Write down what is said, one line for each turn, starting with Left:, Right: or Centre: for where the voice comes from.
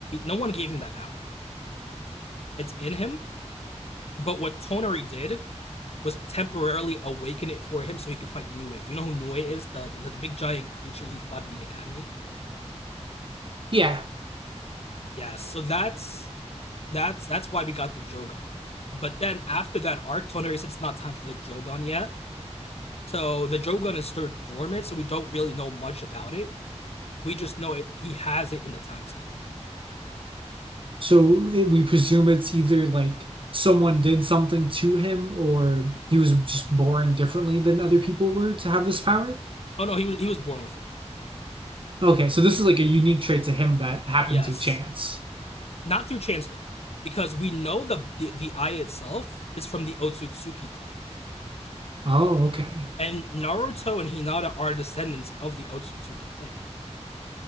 Left: No one gave him that power. it's in him. But what Tonari did was temporarily awaken it for him so he could fight Nue. Do you know who Nue is? The, the the big giant creature he fought in the academy.
Right: yeah.
Left: Yeah, so that's that's that's why we got the Jogan. But then after that arc, Tonari said it's not time for the Jogan yet. So the Jogan is still dormant, so we don't really know much about it. We just know it he has it in the time skip.
Right: So it, we presume it's either like someone did something to him, or he was just born differently than other people were to have this power.
Left: Oh no, he was he was born with it.
Right: Okay, so this is like a unique trait to him that happened
Left: Yes.
Right: to chance.
Left: Not through chance though. Because we know the the, the eye itself is from the Otsutsuki clan.
Right: Oh, okay.
Left: And Naruto and Hinata are descendants of the Otsutsuki clan.